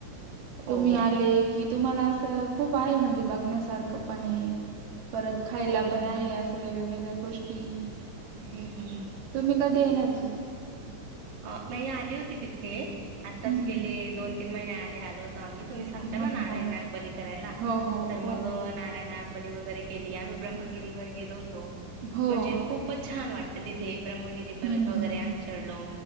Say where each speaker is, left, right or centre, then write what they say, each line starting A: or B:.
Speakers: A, on the right (about 65°); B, on the right (about 85°).
A: हो
B: तुम्ही
A: हो
B: आले की तुम्हाला असं खूप आहे म्हणजे बघण्यासारखं पण हे परत खायला
A: हं
B: पण
A: हं
B: आहे असं वेगळ्या वेगळ्या गोष्टी <unintelligible>
A: हम्म हम् हम्.
B: तुम्ही कधी येणार आहे.
A: अ मी आली होती तिथे आत्ताच
B: हम्म.
A: गेले दोन तीन महिने आधी हलत आम्ही तुम्ही सांगता
B: हो
A: ना नारायण
B: हो
A: नाग बली करायला
B: हो
A: <inaudible>
B: हो
A: तर मग
B: हो.
A: नारायण नाग बली वैगेरे केली आम्ही ब्रह्मगिरीवर गेलोत हो,
B: हो.
A: म्हणजे खूपच छान वाटत. तिथे ब्रह्मगिरी परत
B: हम्म
A: वगैरे आम्ही चढलो.